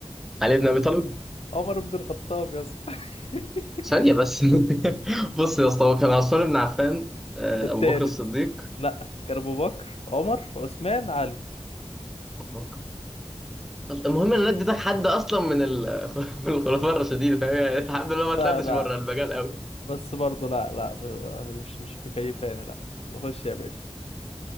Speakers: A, in the centre; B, on the left.
A: علي بن ابي طالب
B: <laughs> عمر بن الخطاب يا اسطى <laughs>
A: ثانيه بس <laughs> بص يا اسطى هو كان عثمان بن عفان آه،
B: التالت
A: ابو بكر الصديق
B: لا كان ابو بكر عمر عثمان علي
A: ابو بكر المهم ان انا اديتك حد اصلا من ال- <laughs> من الخلفاء الراشدين فاهم يعني الحمد
B: مش
A: لله ما طلعتش
B: بقى لا
A: بره المجال قوي
B: بس برضه لا لا مش مش مكيفاني لا خش يا باشا